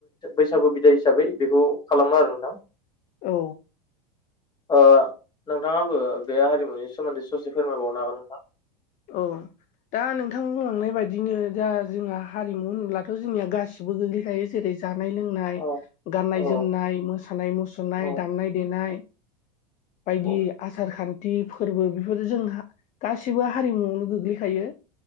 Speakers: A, on the left; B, on the left.
A: बैसागु बिदाय हिसाबै बेखौ खालामो आरो नोंथां
B: औ
A: ओ नोंथाङाबो बे हारिमुनि सोमोन्दै ससे फोरमायबावनो हागोन नोंथां?
B: औ दा नोंथां बुंलांनाय बायदिनो दा जोंहा हारिमु होनोब्लाथ' जोंनिया गासिबो गोग्लैखायो जेरै जों जानाय लोंनाय
A: औ
B: गाननाय
A: औ
B: जोमनाय मोसानाय मुसुरनाय
A: औ
B: दामनाय देनाय बायदि
A: औ
B: आसार खान्थि फोरबो बेफोर जों गासिबो हारिमुआवनो गोग्लैखायो